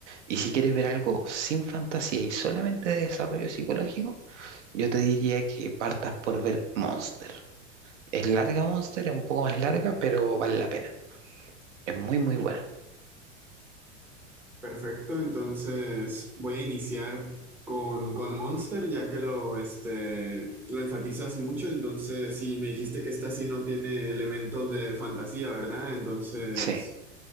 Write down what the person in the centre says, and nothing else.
Perfecto, entonces voy a iniciar con, con Monster, ya que lo, este, lo enfatizas mucho, entonces sí, me dijiste que esta sí no tiene elementos de fantasía, ¿verdad? Entonces...